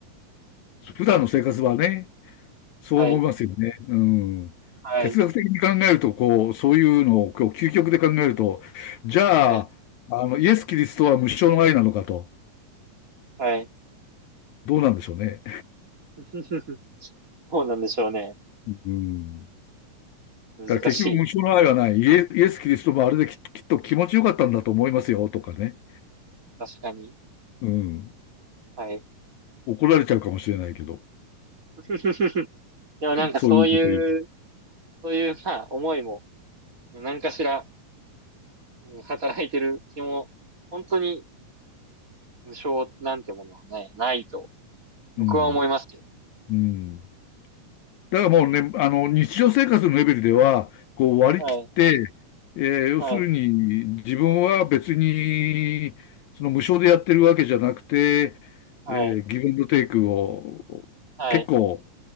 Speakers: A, on the left; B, on the right.
A: 普段の生活はね、そう思いますよね。
B: はい、
A: うん。
B: はい、
A: 哲学的に考えると、こう、そういうのを、こう、究極で考えると、じゃあ、
B: はい、
A: あの、イエス・キリストは無償の愛なのかと、
B: はい。
A: どうなんでしょうね。
B: <laughs> そうなんでしょうね。
A: うん。
B: 難しい。
A: だから結局無償の愛はない。イエ、イエス・キリストもあれでき、きっと気持ちよかったんだと思いますよ、とかね。
B: 確かに。
A: うん。
B: はい。
A: 怒られちゃうかもしれないけど、
B: <laughs> でもなんかそういう、
A: そういうこと言う。
B: そういう、まあ、思いも、何かしら、うん働いてる気も、本当に無償なんてものはない、ないと、
A: うん。
B: 僕は思いますけ
A: うん。だからもうね、あの、日常生活のレベルでは、こう割り切って、
B: ど。はい、
A: えー要するに自分は別に、
B: はい。
A: その無償でやってるわけじゃなくて、
B: はい。
A: えーギブアンドテイクを結構、
B: はい。